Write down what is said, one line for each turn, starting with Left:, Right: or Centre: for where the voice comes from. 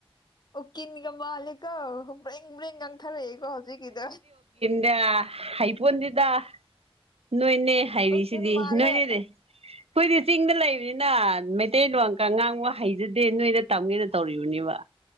Left: ꯎꯀꯤꯟꯒ ꯃꯥꯜꯂꯤꯀꯣ ꯕ꯭ꯔ‌ꯦꯡ ꯕ꯭ꯔ‌ꯦꯡ ꯉꯥꯡꯊꯔꯛꯏꯀꯣ ꯍꯧꯖꯤꯛꯀꯤꯗꫭ
Right: ꯗ <unintelligible> ꯍꯩ ꯄꯣꯟꯗꯦꯗ ꯅꯣꯏꯅꯦ ꯍꯥꯏꯔꯤꯁꯤꯗꯤ
Left: ꯎꯀꯤꯜ ꯃꯥꯜꯂꯦ
Right: ꯅꯣꯏꯅꯤꯅꯦ ꯑꯩꯈꯣꯏꯗꯤ ꯆꯤꯡꯗ ꯂꯩꯕꯅꯤꯅ ꯃꯇꯩ ꯂꯣꯟꯀ ꯉꯥꯡꯕ ꯍꯩꯖꯗꯦ ꯅꯣꯏꯗ ꯇꯝꯒꯦꯅ ꯇꯧꯔꯤꯕꯅꯦꯕ